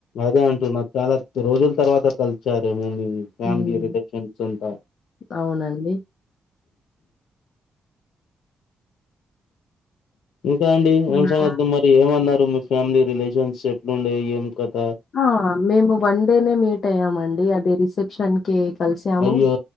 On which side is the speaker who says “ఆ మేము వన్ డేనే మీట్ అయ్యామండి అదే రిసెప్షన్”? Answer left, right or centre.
Left